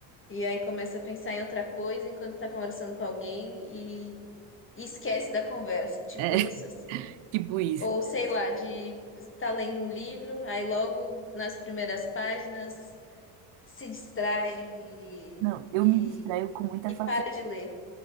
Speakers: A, on the left; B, on the right.
A: e aí começa a pensar em outra coisa enquanto tá conversando com alguém e, e esquece da conversa. Tipo
B: É, <laughs>
A: isso, assim.
B: tipo isso.
A: Ou sei lá, de estar lendo um livro, aí logo nas primeiras páginas se distrai e,
B: Não, eu
A: e,
B: me distraio com muita
A: e
B: facilidade.
A: para de ler.